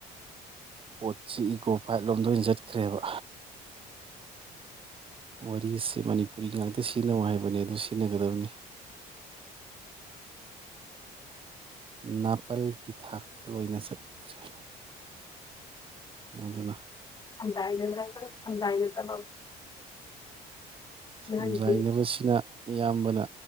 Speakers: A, on the right; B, on the left.
A: ꯄꯣꯠꯁꯤ ꯏꯀꯣ ꯐꯥꯏꯠ ꯂꯣꯝꯗ ꯑꯣꯏꯅ ꯆꯠꯈ꯭ꯔꯦꯕ ꯋꯥꯔꯤ ꯑꯁꯤ ꯃꯅꯤꯄꯨꯔꯤ ꯉꯥꯛꯇ ꯁꯤꯖꯤꯟꯅꯧ ꯍꯥꯏꯕꯅꯦ ꯑꯗꯨ ꯁꯤꯖꯤꯟꯅꯒꯗꯕꯅꯤ ꯅ ꯄꯜꯒꯤ ꯊꯥꯛꯇ ꯂꯣꯏꯅ ꯆꯠꯅꯈ꯭ꯔꯦ ꯑꯗꯨꯅ
B: <inaudible> <inaudible>
A: ꯁꯝꯖꯥꯏꯅꯕꯕꯁꯤꯅ
B: ꯅꯍꯥꯟꯒꯤ
A: ꯑꯌꯥꯝꯕꯅ